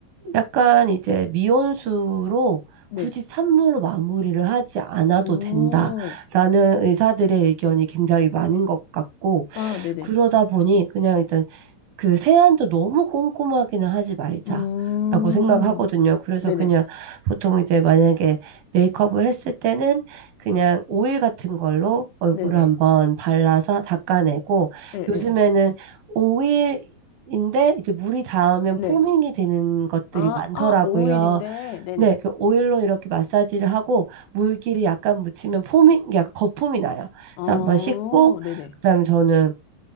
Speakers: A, on the right (about 75°); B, on the left (about 85°).
A: 약간 이제 미온수로
B: 네.
A: 굳이 산물로 마무리를 하지 않아도
B: 오,
A: 된다라는 의사들의 의견이 굉장히 많은 것 같고,
B: 아, 네네.
A: 그러다 보니 그냥 일단 그 세안도 너무 꼼꼼하기는 하지 말자라고
B: 음,
A: 생각하거든요. 그래서
B: 네네.
A: 그냥 보통 이제 만약에 메이크업을 했을 때는 그냥 오일 같은 걸로 얼굴을
B: 네네.
A: 한번 발라서 닦아내고
B: 네네.
A: 요즘에는 오일인데 이제 물이 닿으면
B: 네.
A: 포밍이 되는 것들이
B: 아,
A: 많더라고요.
B: 아, 5일인데, 네네.
A: 네, 그 오일로 이렇게 마사지를 하고 물기를 약간 묻히면 포밍, 약간 거품이 나요.
B: 아
A: 그래서 한번 씻고
B: 네네.
A: 그다음에 저는